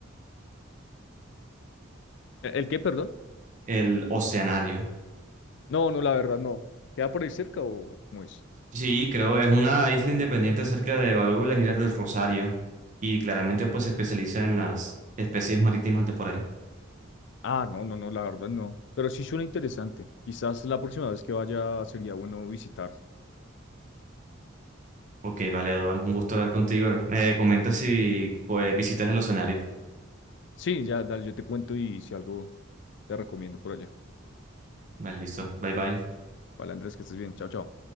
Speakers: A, on the left; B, on the right.
A: ¿E- ¿El, qué, perdón?
B: el oceanario.
A: No, no, la verdad no. ¿Queda por ahí cerca o cómo es?
B: Sí, creo, es una isla independiente cerca de Barú y las Islas del Rosario y claramente pues se especializa en las especies marítimas de por ahí.
A: Ah, no, no, no, la verdad no. Pero sí suena interesante. Quizás la próxima vez que vaya sería bueno visitar.
B: Ok, vale, Eduardo, un gusto hablar contigo. Me comentas si pues, visitas el escenario.
A: Sí, ya, dale, yo te cuento y si algo te recomiendo por allá.
B: Vale, listo. Bye bye.
A: Vale, Andrés, que estés bien. Chao, chao.